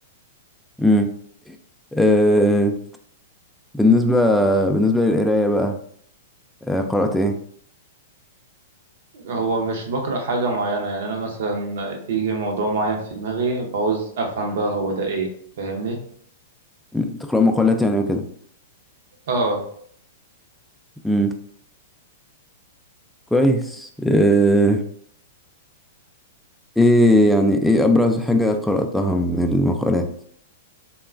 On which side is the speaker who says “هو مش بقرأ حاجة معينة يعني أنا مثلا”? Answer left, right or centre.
Right